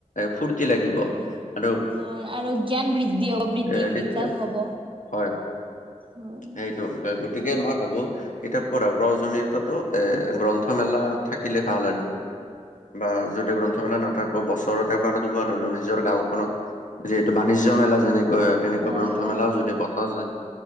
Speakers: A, on the left (about 80°); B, on the right (about 40°).
A: ফুৰ্তি লাগিব।
B: হয়
A: আৰু
B: হয় আৰু জ্ঞান বৃদ্ধি হ'ব বৃদ্ধি
A: এ তেতিয়া
B: বিকাশ হ'ব।
A: হয়,
B: হয়
A: সেইটো গতিকে মই ভাবোঁ কিতাপ পঢ়া প্ৰয়োজনীয়তাতো এ গ্ৰন্থ মেলা থাকিলে ভাল আৰু। বা যদি গ্ৰন্থমেলা নাথাকো বছৰতে এবাৰ দুবাৰ হলেও নিজৰ গাঁওখনত যিহেতু বাণিজ্য মেলা যেনেকৈ তেনেকুৱা
B: হয়
A: গ্ৰন্থ
B: হয়
A: মেলাও যদি পতা যায়